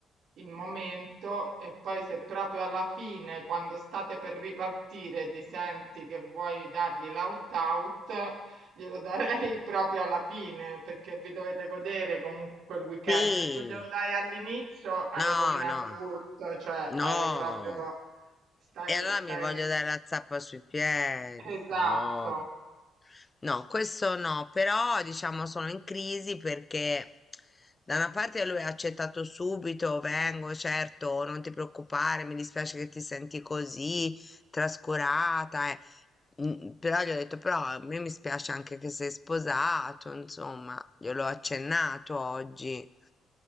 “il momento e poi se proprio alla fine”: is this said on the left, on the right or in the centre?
Right